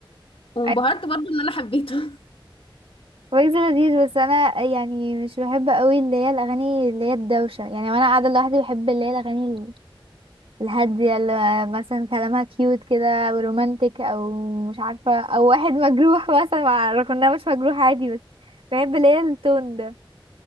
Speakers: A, on the left; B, on the right.
A: وانبهرت
B: أي.
A: برضه إن أنا حبيته <laughs>
B: ويجز لذيذ بس أنا يعني مش بحب قوي اللي هي الأغاني اللي هي الدوشة يعني وأنا قاعدة لوحدي بحب اللي هي الأغاني ال- الهادية اللي مثلا كلامها كيوت كده أو رومانتك أو مش عارفة أو واحد مجروح <laughs> مثلا مع رغم مش مجروح عادي بس بحب اللي هي التون ده